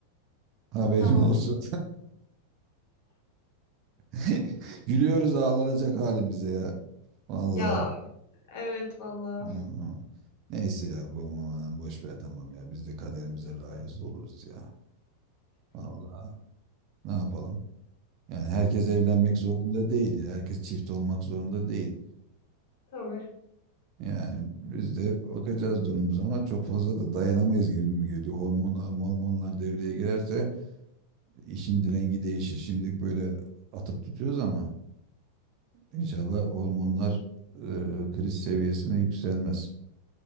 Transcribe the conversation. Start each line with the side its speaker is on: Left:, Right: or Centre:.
Right: Haberin
Left: Tamam.
Right: olsun. <laughs> Gülüyoruz ağlanacak halimize ya. Vallahi.
Left: Ya evet valla.
Right: Hı hı. Neyse ya bu aman boş ver tamam ya. Biz de kaderimize razı oluruz ya. Vallahi ne yapalım? Yani herkes evlenmek zorunda değil ya. Herkes çift olmak zorunda değil.
Left: Tabii.
Right: Yani biz de bakacağız durumumuz ama çok fazla da dayanamayız gibi mi geliyor? Hormonlar, mormonlar devreye girerse işin rengi değişir. Şimdilik böyle atıp tutuyoruz ama inşallah hormonlar e, kriz seviyesine yükselmez.